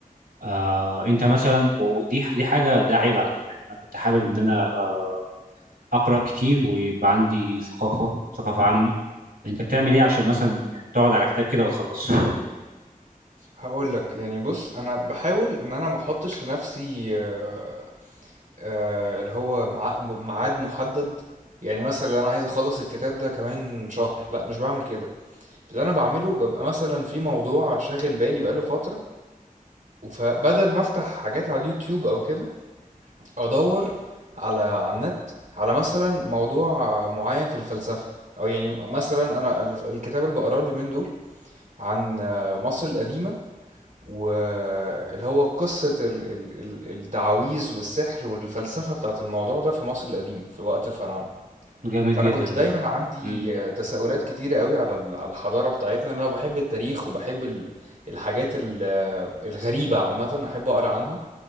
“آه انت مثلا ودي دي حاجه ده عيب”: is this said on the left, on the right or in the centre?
Right